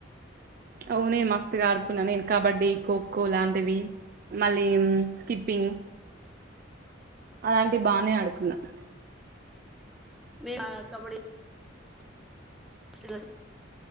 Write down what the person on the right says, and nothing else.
అవు నేను మస్తుగాడుకున్న నేను కబడ్డీ ఖో ఖో లాంటివి మళ్ళీం స్కిప్పింగ్ అలాంటివి బానే అడుకున్న